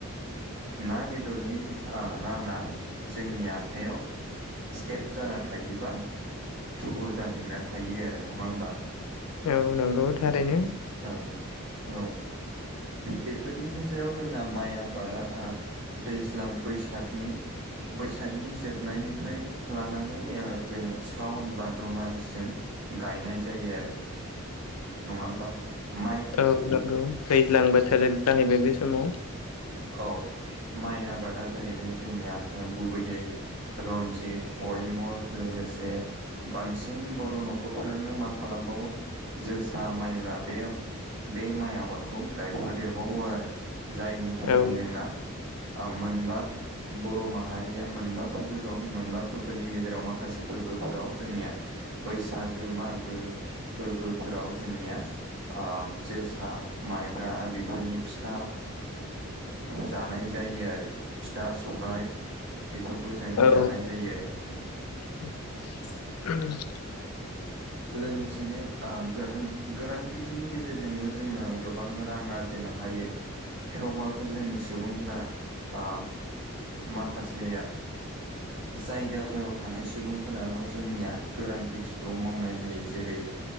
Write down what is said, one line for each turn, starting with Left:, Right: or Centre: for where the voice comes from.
Right: ना बेदरनि राङा जोंनि आखाइयाव स्टेप जाना थायोबा थुबुर जाफिनना थायो आरो नङा होमबा
Left: औ नंगौ थारैनो
Right: औ औ बेफोरनि गेजेराव जोंना माइ आबादा दैज्लां बैसागनि बैसागनि जोबनायनिफ्राय लानानै जोङो सावन भाद्रमासिम गायनाय जायो आरो नङा होमबा माइ
Left: औ नंगौ दैज्लां बोथोर जाहैबाय बे समाव
Right: औ माइ आबादा जाहैदों जोंनिया गुबैयै रन्जित परिमल लोगोसे बांसिन बर' न'खरफोरानो मा खालामबावो जोसा माइब्रा बे बे माइ आबादखौ गायफादेरबावो आरो जायनि थाखाय
Left: औ
Right: जोंना मोनबा बर' माहारिया मोनबा फोरबो दं मोनबा फोरबोनि गेजेराव माखासे फोरबोफोराव जोंनिया बैसागो मागो फोरबोफोराव जोंनिया जोसा माइब्रा बेफोरनि फिथा जानाय जायो आरो फिथा सौराइ बेफोरखौ जों
Left: औ
Right: जानाय जायो आरो औ
Left: <inaudible>
Right: लोङोसेनो गोरान गोरान खेथिनि गेजेरजोंबो जोङो गोबां रां आरजि जोंनाहायो थेवबाबो जोंनि सुबुंफोरा ओ माखासे जायगाफोराव थानाय सुबुंफोराल' जोंनिया गोरान खेथिखौ मावनाय जायो जेरै